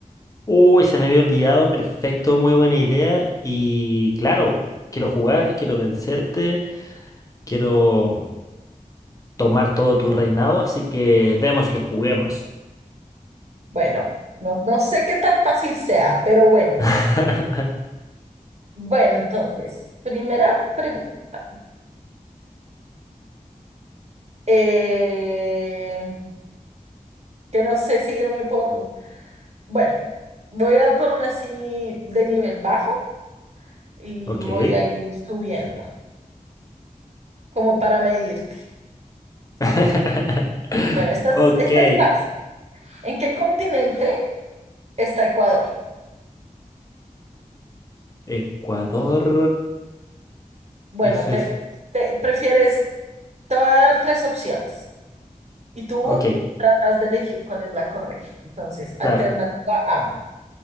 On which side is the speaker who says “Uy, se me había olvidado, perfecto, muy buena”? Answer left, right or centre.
Left